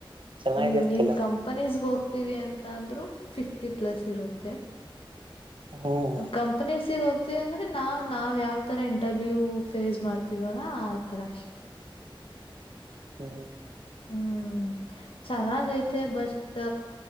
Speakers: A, on the right (about 65°); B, on the left (about 80°).
A: ಚೆನ್ನಾಗಿರ್ತಿಲ್ಲ
B: ಹ್ಮ ಇನ್ ಕಂಪನೀಸ್ಗೆ ಹೋಗ್ತೀವಿ ಅಂತ ಅಂದ್ರೂ ಫಿಫ್ಟಿ ಪ್ಲಸ್ ಇರು ತ್ತೆ <inaudible>
A: ಹ್ಮ್
B: ಕಂಪನಿಸ್ಗ್ ಹೋಗ್ತ ವಿ ಅಂದ್ರೆ ನಾವ್ ನಾವ್ ಯಾವ್ ತರ ಇಂಟರ್ವ್ಯೂ ಫೇಸ್ ಮಾಡ್ತೀವಲ್ಲ ಆ ತರ ಅಷ್ಟೆ.
A: ಹ್ಮೂ.
B: ಹ್ಮ್ ಚೆನ್ನಾಗೈತೆ ಬಟ್